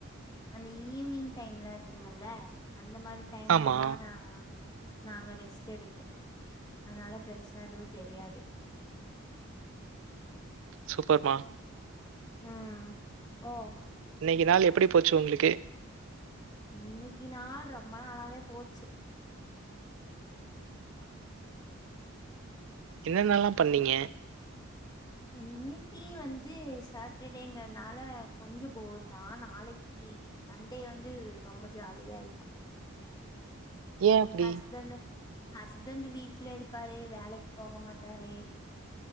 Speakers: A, on the left; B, on the right.
A: அந்த ஈவினிங் டைம்லா இருக்குமல்ல அந்த மாரி டைம்லலா
B: ஆமா.
A: நா நாங்க ரெஸ்ட் எடுப்போ அதனால பெருசா எதுவு தெரியாது
B: சூப்பர்மா
A: ம் ஓ
B: இன்னைக்கு நாள் எப்புடி போச்சு உங்குளுக்கு
A: இன்னிக்கி நாள் ரொம்ப நல்லாவே போச்சு
B: என்னென்னல்லா பண்ணீங்க
A: இன்னைக்கி வந்து சாட்டர்டேங்கறனால கொஞ்சம் போர் தான் நாளைக்கி சண்டே வந்து ரொம்ப ஜாலியா இருக்கும்
B: ஏன் அப்படி?
A: ஹஸ்பண்ட்டு ஹஸ்பண்ட்டு வீட்ல இருப்பாரு வேலைக் போக மாட்டாரு